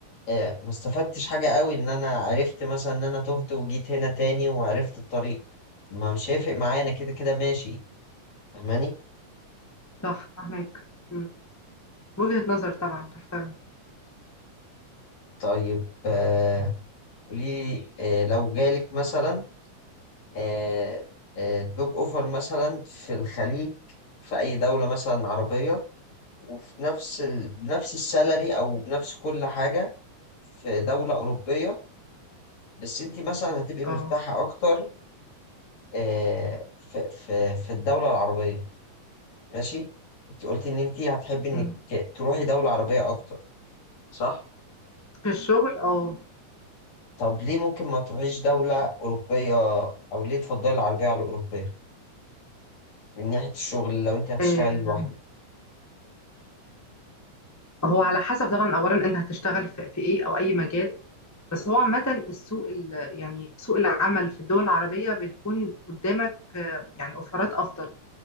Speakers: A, on the left (about 55°); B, on the left (about 25°).
A: آه ما استفدتش حاجه قوي ان انا عرفت مثلا ان انا تهت وجيت هنا تاني وعرفت الطريق ما مش هيفرق معايا انا كده كده ماشي فاهماني
B: صح فاهمك مم. وجهه نظر طبعا تحترم
A: طيب آه قولي لي آه لو جالك مثلا آه، آه، جوب اوفر مثلا في الخليج في اي دولة مثلا عربية وفي نفس ال... بنفس السالري او بنفس كل حاجة في دولة اوروبية بس انت مثلا هتبقي
B: اه
A: مرتاحة اكتر آه، في في في الدولة العربية ماشي انت قلتي ان انت هتحبي انك
B: مم.
A: تروحي دولة عربية اكتر صح
B: في الشغل اه
A: طب ليه ممكن ما تروحيش دولة اوروبية او ليه تفضلي العربية على الاوروبية من ناحية الشغل لو انت هتشتغلي
B: آه.
A: لوحدك
B: هو على حسب طبعا اولا انت هتشتغل في, في ايه او اي مجال بس هو عامة السوق ال- يعني سوق العمل في الدول العربية بيكون قدامك يعني اوفرات افضل